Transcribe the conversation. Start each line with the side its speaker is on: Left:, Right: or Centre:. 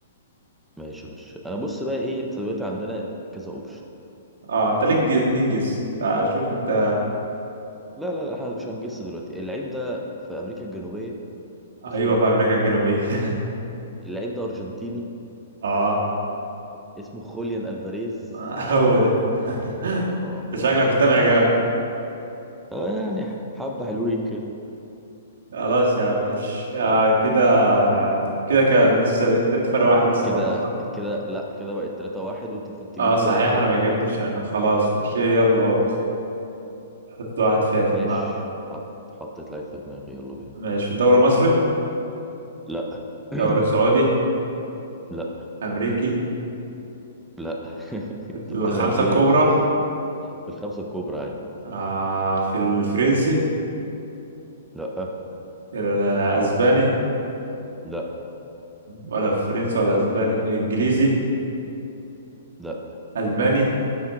Centre: ماشي يا باشا أنا بص بقى إيه أنت دلوقتي عندنا كذا أوبشن
Right: اه انت ليك اتنين جس فشوف انت
Centre: لا لا لا إحنا مش هنجس دلوقتي اللعيب ده في أمريكا الجنوبية
Right: ايوه
Centre: أصوله
Right: في امريكا الجنوبية <laughs>
Centre: اللعيب ده أرجنتيني
Right: اه
Centre: اسمه خوليان ألفاريز
Right: آه، هو ده <laughs>
Centre: الله
Right: انت شكلك متابع جامد
Centre: آه يعني حبة حلوين كده
Right: خلاص يا عم ماشي آه كده كده كام لسه كده انت فرق واحد لسه
Centre: كده
Right: برضه صح؟
Centre: كده لا كده بقت 3 1 وأنت المفروض تجيب
Right: اه صحيح
Centre: دي عشان تبقى
Right: انا ما
Centre: فرق
Right: جبتش
Centre: واحد
Right: انا خلاص ماشي يلا هو. حط واحد في في
Centre: ماشي
Right: دماغك
Centre: حط حطيت لعيب في دماغي يلا بينا
Right: ماشي في الدوري المصري
Centre: لا <coughs>
Right: دوري سعودي
Centre: <clears throat> لا
Right: امريكي
Centre: لا <laughs> أنت
Right: الخمسة
Centre: بتبعد ليه
Right: الكبرى
Centre: في الخمسة الكبرى عادي
Right: آه في الفرنسي
Centre: لا
Right: الأسباني
Centre: لا
Right: ولا فرنسي ولا أسباني إنجليزي
Centre: لا
Right: ألماني